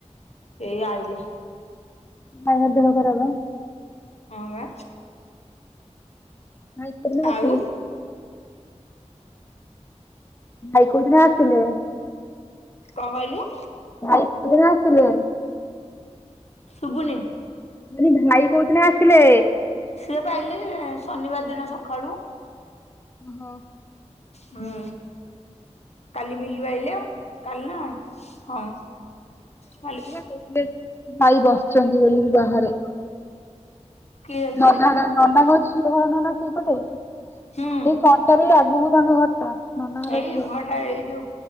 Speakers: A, on the left; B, on the left.
A: ଏଇ ଆଇିଲ।
B: ଆ ଦେ ହ କରରବ <unintelligible> <inaudible>
A: ହ ବା।
B: ନାଇଁକ ଆସିଲ
A: ଆଉ
B: ଭାଇକୋର୍ଟିନ ଆସିଲେ <unintelligible> <inaudible>
A: କଣ କହିଲୁ?
B: ଭାଇିନ ଆସିଲେ।
A: ଶୁଭୁନି।
B: ମାନି ଭାଇ କୋଉଦିନେ ଆସିଲେ?
A: ସିଏ ପା ଆଇଲେ ଶନିବାର ଦିନ ସକାଳୁ।
B: ହୋ।
A: ହୁଁ କାଲି ମିଲୁ ଆଇିଲେ ଆଉ କାଲି ନା। ହଁ ଭଲ।
B: କଥିଲେ ଭାଇ ବସିଛନ୍ତି ବୋଲିୋିକ ବାହାରେ।
A: କିଏ ଯାଉଥିଲେ?
B: ନନା ଗଛ ଘର ନ ନା ସେଇପଟେ <unintelligible>
A: ହୁଁ
B: ସେଇ କଣ୍ଟା ବି ଆଗକୁ ତାଙ୍କ ଘର ଟା। ନାନ ହର
A: ଏଇ
B: ଝିଅ
A: ଭଣ୍ଡା ଏଇ ଯୋଉ